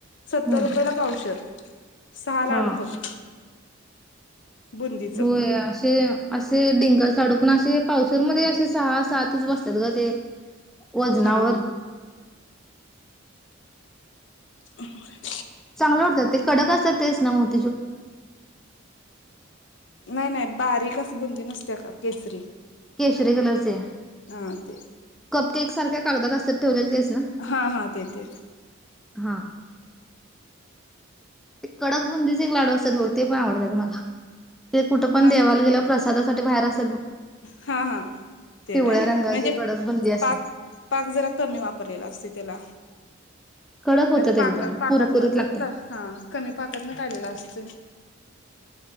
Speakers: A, on the left (about 60°); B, in the centre.
A: सत्तर
B: हम्म.
A: रुपये ला पावशर सहा लाडू
B: हा.
A: फक्त. बुंदीच
B: होय असे असे डिंकाच लाडू पण असे पावशरमध्ये असे सहा सातच बसतात ग ते. वजनावर
A: हा हा अहे <unintelligible>
B: चांगले वाटतात ते कडक असतात तेच न मग.
A: नाय नाय बारीक बुंदी नसत्या का केसरी.
B: केशरी कलरचे
A: हा ते
B: क केकसारख्या कागदात असतात ठेवलेले तेच ना
A: हा हा देते.
B: हा. एक कडकबुंदीचे लाडू असतात ह हो ते पण आवडतात मला ते कुठं पण
A: हा
B: देवाला गेल्यावर प्रसाद अस कुठ <unintelligible> बाहेर असत्यात बघ.
A: हा हा ते
B: पिवळ्या
A: व्हय
B: रंगाची
A: म्हणजे
B: कडक बुंदी असतात.
A: पाक पाक जरा कमी वापरलेला असत त्याला
B: कडक होतात
A: नाही तर
B: एकदम
A: पाक पाकातन
B: कुरकुरीत लागतात.
A: ज हा कमी पाकात न काढलेला असतय.